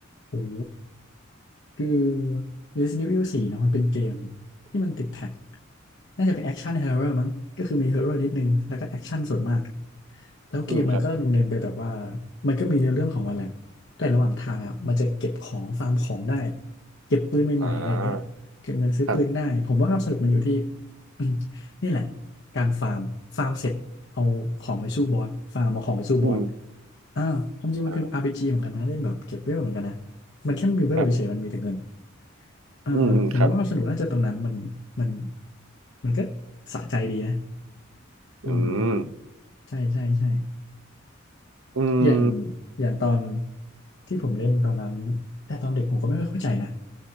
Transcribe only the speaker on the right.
อืมครับ
อ่าครับ
อืม
อ่า
ครับ
อืมอืมครับ
อืม
อืม